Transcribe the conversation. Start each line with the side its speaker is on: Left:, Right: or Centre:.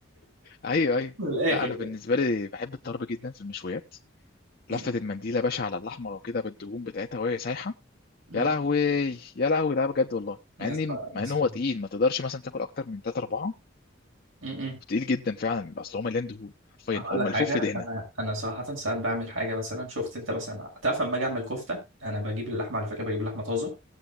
Left: ايوه
Right: <laughs>
Left: ايوه
Right: من الاخر
Left: لا انا
Right: يعني.
Left: بالنسبه لي بحب الطرب جدا في المشويات
Right: م-
Left: لفه المنديله يا باشا على اللحمه وكده بالدهون بتاعتها وهي سايحه
Right: م.
Left: يا لهوي يا لهوي ده بجد والله
Right: يا
Left: مع اني
Right: اسطى نفس
Left: مع ان هو
Right: ال-
Left: تقيل ما تقدرش مثلا تاكل اكتر من 3 4
Right: م- م.
Left: تقيل جدا فعلا اصل هو مليان دهون حرفيا
Right: هقول
Left: هو
Right: لك
Left: ملفوف
Right: حاجة
Left: في دهنه
Right: أنا أنا صراحة ساعات بعمل حاجة مثلا شفت أنت مثلا تعرف لما أجي أعمل كفتة أنا بجيب اللحمة على فكرة بجيب لحمة طازة